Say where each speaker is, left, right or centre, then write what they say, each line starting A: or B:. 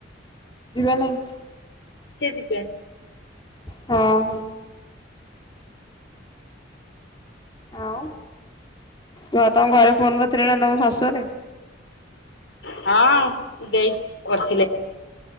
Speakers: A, on the left; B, on the left.
A: ଯିବେ ନାହିଁ।
B: ସିଏ ଯିବେ।
A: ହଁ ହଁ ଆଉ ହଁ ତମ ଘରେ ଫୋନ କରିଥିଲେ ନା ତମ ଶାଶୁ ରେ
B: ହଁ ଦେଇ କରିଥିଲେ